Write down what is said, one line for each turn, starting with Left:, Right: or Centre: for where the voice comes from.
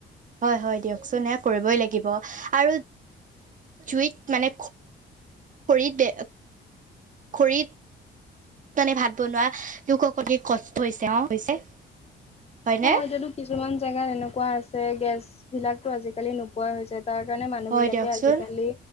Right: হয় হয় দিয়কচোন সেয়া কৰিবই লাগিব আৰু, জুইত মানে- খৰিতে, খৰিত- মানে ভাত বনোৱা লোক সকলৰ কষ্ট হৈছে অ', হৈছে। হয়নে
Left: অ', এতিয়াতো কিছুমান জেগাত এনেকুৱা আছে গেছ বিলাকো আজিকালি নোপোৱা হৈছে। তাৰ কাৰণে মানুহ
Right: হয়
Left: বিলাকে
Right: দিয়কচোন
Left: আজিকালি,